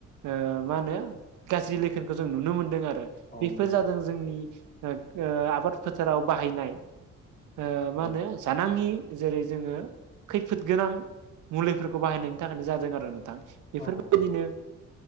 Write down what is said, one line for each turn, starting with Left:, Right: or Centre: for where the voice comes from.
Right: ओ मा होनो गाज्रि लैखोनखौ जों नुनो मोनदों आरो।
Left: औ
Right: बेफोर
Left: नोंथां
Right: जादों जोंनि ओ आबाद फोथाराव बाहायनाय ओ मा
Left: औ
Right: होनो जानाङि जेरै जोङो खैफोद गोनां मुलिफोरखौ बाहायनायनि थाखायनो जादों आरो नोंथां। बेफोरबायदिनो
Left: औ